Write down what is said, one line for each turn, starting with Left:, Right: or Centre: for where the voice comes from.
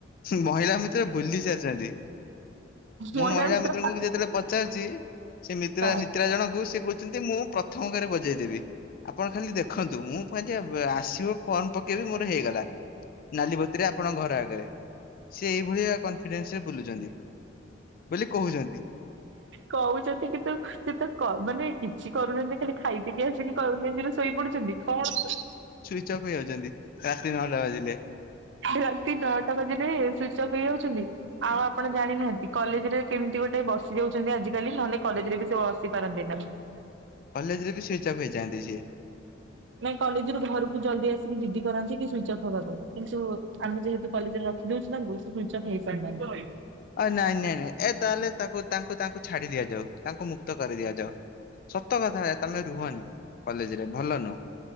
Left: ମହିଳା ମିତ୍ର ଭୁଲି ସାରିଛନ୍ତି
Right: ମଇଳା
Left: ମୁଁ ମହିଳା
Right: ଭିତରେ
Left: ମିତ୍ରଙ୍କୁ ଯେତେବେଳେ ପ ପଚାରଚି ସେ ମିତ୍ରା
Right: ଆଶା।
Left: ମିତ୍ରା ଜଣଙ୍କୁ ସେ କହୁଛନ୍ତି ମୁଁ ପ୍ରଥମ କରେ ବଜେଇଦେବି। ଆପଣ ଖାଲି ଦେଖନ୍ତୁ ମୁଁ ପୁଣି ଯଦି ଆସିବ ଫର୍ମ ପକେଇବି ମୋର ହେଇଗଲା। ନାଲି ବତିରେ ଆପଣଙ୍କ ଘର ଆଗରେ। ସେ ଏଇଭଳିଆ କନଫିଡେନ୍ସ ରେ ବୁଲୁଛନ୍ତି ବୋଲି କହୁଛନ୍ତି।
Right: <inaudible> କହୁଛନ୍ତି କିନ୍ତୁ ସେତ କ ମାନେ କିଛି କରୁନାହାନ୍ତି ଖାଲି ଖାଇ ପିକି ଆସିକି କଲେଜ ରେ ଶୋଇପଡୁଛନ୍ତି କଣ
Left: ଚପ ହେଇଯାଉଛନ୍ତି ରାତି ନଅଟା ବାଜିଲେ।
Right: ରାତି ନଅଟା ବାଜିଲେ ସୁଇଚ ଅଫ୍ ହେଇଯାଉଛନ୍ତି? ଆଉ ଆପଣ ଜାଣିନାହାନ୍ତି, କଲେଜ ରେ କେମିତି ଗୋଟେ ବସି ଯାଉଛନ୍ତି ଆଜିକାଲି ନହେଲେ କଲେଜରେ ବି ସେ ବସି ପାରନ୍ତି ନାହିଁ।
Left: କଲେଜରେ ବି ସୁଇଚ ଅପ୍ ହେଇଯାଆନ୍ତି ସିଏ?
Right: ନାଇ କଲେଜ ରୁ ଘରକୁ ଜଲଦି ଆସିକି ଜିଦ୍ଦି କରାନ୍ତି କି ସୁଇଚ ଅଫ୍ ହବା ପାଇଁ, କିନ୍ତୁ ଆମେ ଯେହେତୁ କଲେଜରେ ରଖିଦଉଛୁ ତାଙ୍କୁ ସେ ସୁଇଚ୍ ଅପ୍ ହେଇପାରୁନାହାନ୍ତି।
Left: ଅ ନାଇଁ ନାଇଁ ନାଇଁ ଏ ତାହେଲେ ତାକୁ ତାଙ୍କୁ ତାଙ୍କୁ ଛାଡି ଦିଆଯାଉ। ତାଙ୍କୁ ମୁକ୍ତ କରି ଦିଆଯାଉ ସତ କଥା ତମେ ରୁହନି। କଲେଜ ରେ ଭଲ ନୁହ,